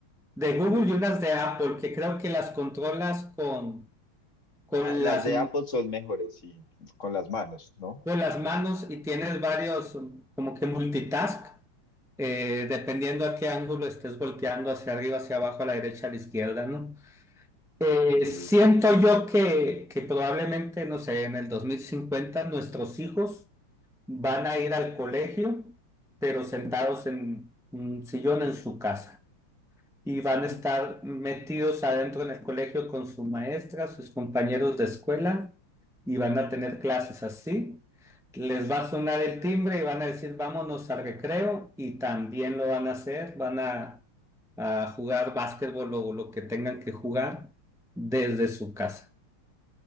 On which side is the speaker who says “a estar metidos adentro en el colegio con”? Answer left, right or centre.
Centre